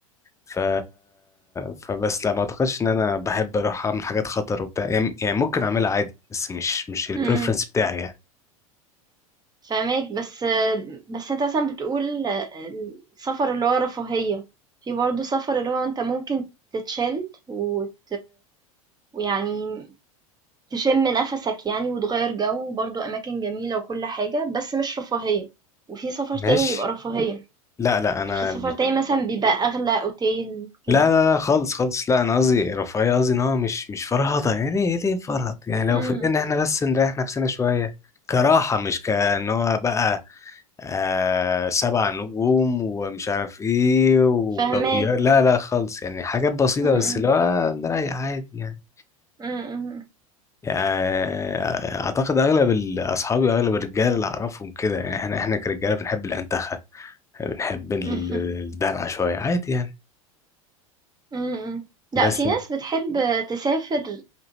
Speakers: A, on the left (about 15°); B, on the right (about 20°).
A: ف... فبس لا ما أعتقدش إن أنا بحب أروح أعمل حاجات خطر وبتاع يعني يعني ممكن أعملها عادي بس مش مش البريفرنس
B: مم.
A: بتاعي يعني
B: فاهماك بس بس انت مثلا بتقول السفر اللي هو رفاهية في برضه سفر اللي هو انت ممكن تتشل وت... ويعني تشم نفسك يعني وتغير جو وبرضه اماكن جميلة وكل حاجة بس مش رفاهية وفي سفر
A: ماشي
B: تاني بيبقى رفاهية يعني
A: لا لا انا
B: في سفر تاني مثلا بيبقى اغلى اوتيل كده
A: لا لا لا خالص خالص لا انا قصدي رفاهيه قصدي ان هو مش مش فرهضه يعني ايه ليه فرهض يعني لو
B: امم
A: في ان احنا بس نريح نفسنا شويه كراحه مش كان هو بقى آه سبع نجوم ومش عارف ايه وكافيار
B: فاهماك
A: لا لا خالص يعني حاجات بسيطه
B: امم
A: بس اللي هو نريح عادي يعني
B: امم امم
A: يعني اعتقد اغلب ال- اصحابي اغلب الرجاله اللي اعرفهم كده يعني احنا احنا كرجاله بنحب الانتخه بنحب ال-
B: <laughs>
A: الدلع شويه عادي يعني
B: امم لا
A: بس
B: في ناس بتحب تسافر